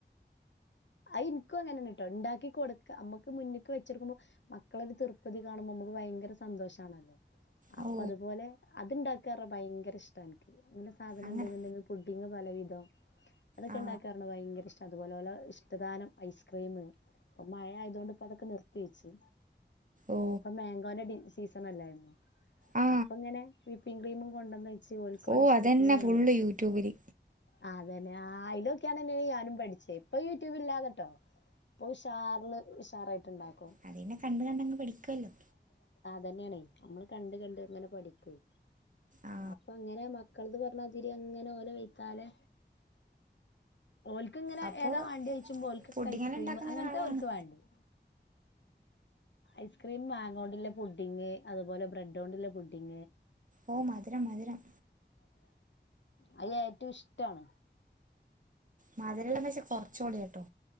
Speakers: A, on the left (about 75°); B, on the right (about 45°).
A: അ ഇ നിക്കും അങ്ങനെയ കേട്ടോ ഉണ്ടാക്കി കൊടുക്ക നമ്മുക്ക് മുന്ന് ക്ക് വെ <unintelligible> ടുക്കുമ്പോ മക്കളൊരു തൃർപ്പതി കാണുമ്പോ നമുക്ക് ഭയങ്കര സന്തോഷമാണല്ലോ അപ്പൊ
B: ഓ
A: അതുപോലെ അത്ണ്ടാക്കാറ ഭയങ്കര ഇഷ്ടം എനിക്ക് അങ്ങനെ സാധനം
B: അങ്ങനെ
A: ഉണ്ടണ്ടെങ്കിൽ ഫ് അ പലവിധം അതൊക്കെ
B: ആ
A: ഉണ്ടാക്കാറു ഭയങ്കര ഇഷ്ടം അതുപോലെ ഇഷ്ടദാനം ഐസ്ക്രീം അപ്പ മഴ ആയതുകണ്ട് ഇപ്പ അതക്കെ നിർത്തി ബീച്ച്
B: ഓ
A: അപ്പൊ മാങ്കോന്റെ സീസൺ അല്ലായിരുന്നു
B: ആ
A: അപ്പ ഇങ്ങനെ വിപ്പിംങ്ങ് ക്രീമും കൊണ്ടന്ന ചേ ഓൽക്കൊലെ
B: ഓ
A: ഇഷ്ട്ടത്തിന്
B: അതന്നെ ഫുള്ള് യൂട്യൂബില്
A: ആ അതന്നെ ആ അലൊകിയാണ്ടെന്നേ ടീ ഞാനും പഠിച്ചേ ഇപ്പൊ യൂട്യൂബില്ലാത്തട്ടോ. ഇപ്പൊ ഉഷാറില് ഉഷാറായിട്ട് ഇണ്ടാക്കും.
B: അതന്നെ കണ്ട് കണ്ടങ്ങ് പഠിക്കുല്ലേ
A: അ തെന്നെണ് ഞമ്മള് കണ്ട് കണ്ട്ങ്ങനെ പഠിക്കും
B: ആ
A: അപ്പങ്ങനെ മ മക്കള്ത് പറഞ്ഞാ അതിരി അങ്ങനെ ഓലെ വെയ്ത്താലേ ഓൽക്ക്‌ ങ്ങനെ
B: അപ്പോൾ
A: ഏതാ വാണ്ടിയോയ് ചുമ്പോ ഓൽക്കൊക്കെ
B: പൊടിങ്ങനെ
A: ഐസ്ക്രീംമ്
B: ഉണ്ടാക്കുന്ന
A: അങ്ങനതാ
B: ഒരാളാണ്
A: ഓൽ ക്ക് വേണ്ടിയെ ഐസ്ക്രീം മാങ്ങോണ്ട്ല്ലേ പുഡിങ് അതുപോലെ ബ്രെഡോണ്ട് ഉള്ള പുഡ്ഡിംഗ്
B: ഓ മധുരം മധുരം
A: അതിൽ ഏറ്റവും ഇഷ്ട്ടാണ്.
B: മധുരം ഉള്ളത് ലേശം കൊറച്ചോളിയേട്ടോ.